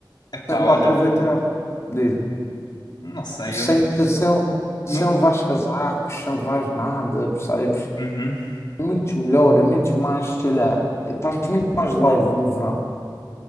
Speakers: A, on the left; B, on the left.
A: Epá,
B: Sempre
A: olha,
B: a aproveitar, diz-me.
A: não sei,
B: Sem,
A: eu nu-
B: sem,
A: nunca.
B: sem levar os casacos, sem levar nada, percebes?
A: Uhum.
B: É muito melhor, é muito mais, sei lá, estás muito mais leve no verão.